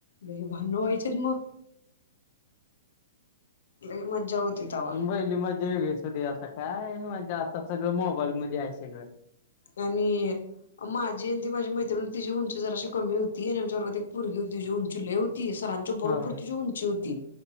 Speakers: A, on the left; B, on the left.
A: लही भांड व्हायचे मग लई मजा होती तवा.
B: बहिली मजा वेगळेस होते आता काय म्हणजे आता सगळं मोबाईल मध्ये आहे सगळं
A: आणि माझी आणि ती माझी मैत्रिण तिची उंची जराशी कमी होती ती आणि आमच्या वर्गात एक पोरगी होती ती उंचीले होती सरांच्या बरोबर
B: हा
A: तिची उंची होती